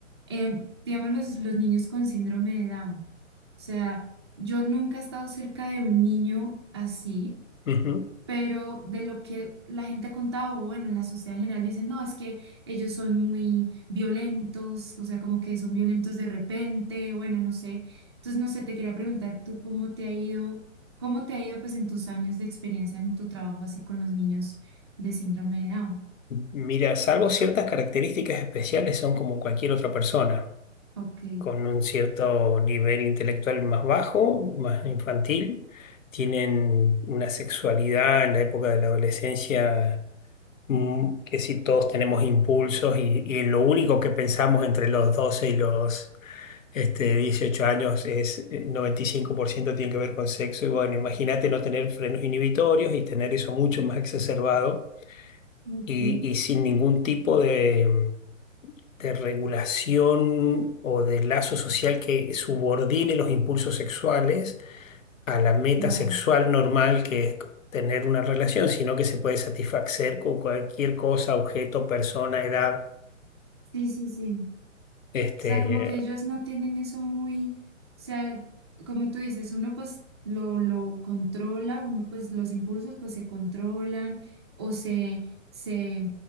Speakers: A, on the right (about 20°); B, on the left (about 75°).
A: Eh, digamos los, los niños con síndrome de Down. O sea, yo nunca he estado cerca de un niño así
B: Ujú.
A: pero de lo que la gente ha contado, o bueno, en la sociedad en general dicen, no, es que ellos son muy violentos, o sea, como que son violentos de repente, bueno, no sé. Entonces, no sé, te quería preguntar tú cómo te ha ido, cómo te ha ido pues en tus años de experiencia en tu trabajo así con los niños de síndrome de Down.
B: Mira, salvo ciertas características especiales, son como cualquier otra persona.
A: Ok,
B: con un cierto nivel intelectual más bajo, más infantil, tienen una sexualidad en la época de la adolescencia mm, que si todos tenemos impulsos y, y lo único que pensamos entre los 12 y los este, 18 años es eh, 95% tiene que ver con sexo y bueno, imagínate no tener frenos inhibitorios y tener eso mucho más exacerbado
A: ok,
B: y, y sin ningún tipo de de regulación o de lazo social que subordine los impulsos sexuales a la meta
A: wow.
B: sexual normal que es tener una relación, sino que se puede satisfacer con cualquier cosa, objeto, persona, edad.
A: Sí, sí, sí.
B: Este,
A: sea, como que ellos no tienen eso muy, o sea, como tú dices, uno pues lo, lo controla, uno pues los impulsos pues se controlan o se, se,